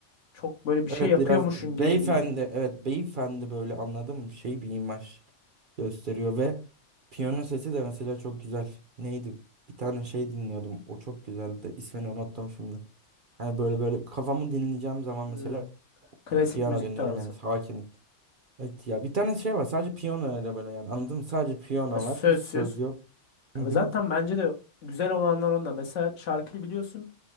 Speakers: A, on the left; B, on the right.
A: Çok böyle bir
B: evet
A: şey yapıyormuşsun
B: biraz beyefendi,
A: gibi bir his.
B: evet beyefendi böyle anladım şey bir imaj gösteriyor ve piyano sesi de mesela çok güzel. Neydi? Bir tane şey dinliyordum. O çok güzeldi. İsmini unuttum şimdi. Hani böyle böyle kafamı dinleyeceğim zaman mesela
A: Hmm, Klasik
B: piyano
A: müzik
B: dinliyorum
A: tarzı.
B: yani sakin. Evet ya bir tane şey var sadece piyano öyle böyle yani anladın mı? Sadece piyano
A: Ha, Sözsüz.
B: var. Hiç söz yok. Hı
A: Ama
B: hı.
A: zaten bence de güzel olanlar onlar. Mesela şarkıyı biliyorsun.